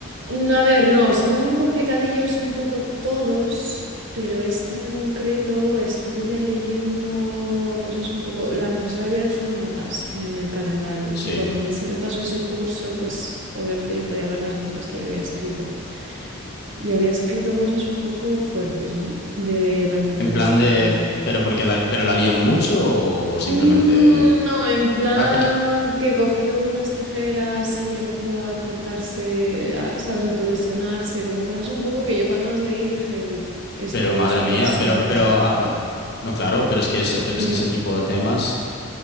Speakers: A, on the right (about 60°); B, on the left (about 50°).
A: no A ver, no, son complicadillos un poco todos, pero esta en concreto estuve ya leyendo cosas un poco... La profesora había dejado notas en el calendario
B: sí.
A: y cuando a mí se me pasó ese curso, pues obviamente yo podía ver las notas que ya había escrito. Y había escrito cosas un poco fuertes, ¿no? De la niña
B: En plan
A: esta,
B: de,
A: de...
B: pero porque la, pero la lían mucho o simplemente...
A: Mm, no, en plan
B: Ah, que-
A: que cogió unas tijeras y empezó a cortarse, a- ¿sabes? A lesionarse, como cosas un poco que yo cuando las leí dije, uff, esto
B: Pero madre
A: es un
B: mía,
A: caso.
B: pero, pero, ah, ah, no, claro, pero es que, ese- pero
A: Mm,
B: es que ese tipo de temas,